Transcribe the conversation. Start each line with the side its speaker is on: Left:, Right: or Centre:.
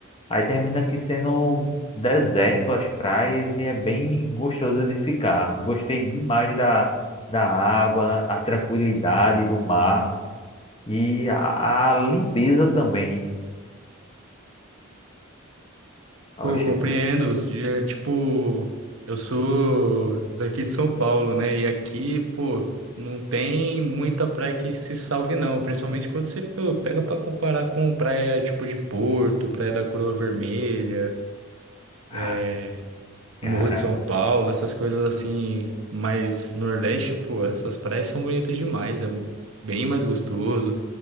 Left: Aí termina aqui sendo um deserto as praias e é bem gostoso de ficar. Gostei demais da, da água, a tranquilidade do mar e a, a limpeza também. Eu
Right: Pô, compreendo. É, tipo, eu sou daqui de São Paulo, né? E aqui, pô, não tem muita praia que se salve, não. Principalmente quando você pô, pega pra comparar com praia tipo de Porto, praia da Coroa Vermelha,
Left: Ah,
Right: é,
Left: cara,
Right: Morro de São Paulo, essas coisas assim, mais Nordeste, pô, essas praias são bonitas demais. É bem mais gostoso.